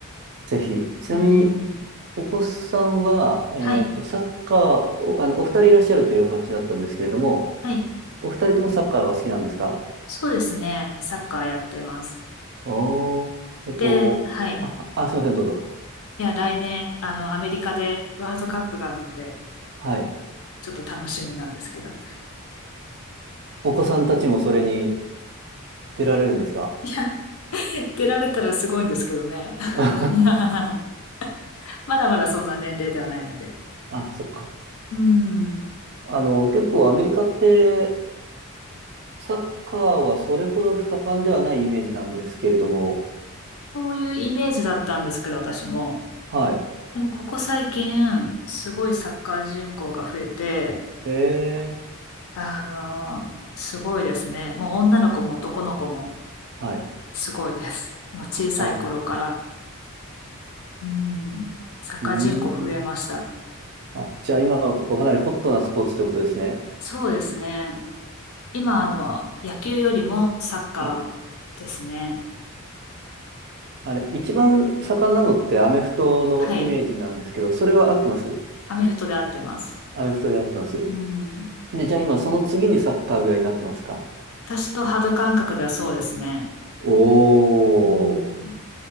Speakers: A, on the right (about 50°); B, on the left (about 70°).
A: ぜひ。ちなみに、
B: うーん。
A: お子さんは、えっと、
B: はい。
A: サッカー、お、あの、お二人いらっしゃるという話だったんですけれども、
B: はい。
A: お二人ともサッカーがお好きなんですか
B: そうですね。サッカーやってます。
A: おー、えっと、
B: で、はい。
A: あ、あ、すいません、どうぞ。
B: いや、来年、あの、アメリカでワールドカップがあるので、
A: はい。
B: ちょっと楽しみなんですけど。
A: お子さんたちもそれに出られるんですか
B: いや、<laughs> 出られたらすごいんですけどね。
A: <laughs>
B: <laughs> まだまだそんな年齢ではないので。
A: あ、そっか。
B: うん。
A: あの、結構アメリカって、サッカーはそれほど盛んではないイメージなんですけれども、
B: そういうイメージだったんですけど、私も。
A: はい。
B: でも、ここ最近、すごいサッカー人口が増えて、
A: ええ、
B: あの、すごいですね。もう女の子も男の子も
A: はい。
B: すごいです。もう小さい頃から。
A: あ、
B: うん。サッカー人口増えました。
A: うーん。あ、じゃあ今、こうかなりホットなスポーツってことですね。
B: そうですね。今、あの、野球よりもサッカーですね。
A: はい。あれ、一番盛んなのってアメフトのイメージなんですけど、
B: はい。
A: それは合ってます
B: アメフトで合ってます。
A: アメフトで合ってます。
B: うん。
A: で、じゃあ今、その次にサッカーぐらいになってますか
B: 私と肌感覚ではそうですね。
A: おー。
B: うん。